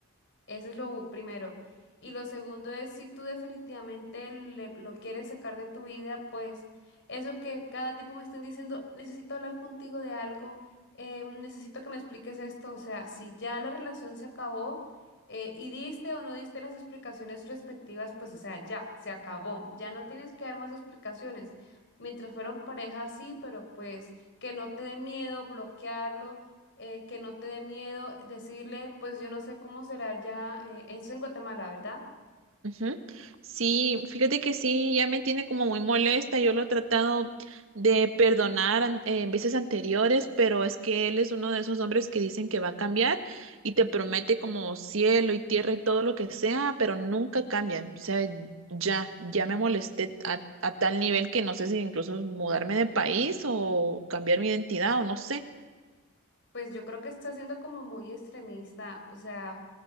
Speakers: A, on the left; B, on the right.
A: Eso es lo primero. Y lo segundo es, si tú definitivamente le- lo quieres sacar de tu vida, pues eso que cada tiempo me estén diciendo, necesito hablar contigo de algo, eh, necesito que me expliques esto. O sea, si ya la relación se acabó eh, y diste o no diste las explicaciones respectivas, pues o sea, ya, se acabó. Ya no tienes que dar más explicaciones. Mientras fueron pareja, sí, pero pues que no te dé miedo bloquearlo eh, que no te dé miedo decirle, pues yo no sé cómo será ya eh, esto en Guatemala, ¿verdad?
B: Ujú. Sí, fíjate que sí, ya me tiene como muy molesta. Yo lo he tratado de perdonar an- eh, veces anteriores, pero es que él es uno de esos hombres que dicen que va a cambiar y te promete como cielo y tierra y todo lo que sea, pero nunca cambian. O sea, ya, ya me molesté a, a tal nivel que no sé si incluso mudarme de país o cambiar mi identidad o no sé.
A: Pues yo creo que está siendo como muy extremista, o sea,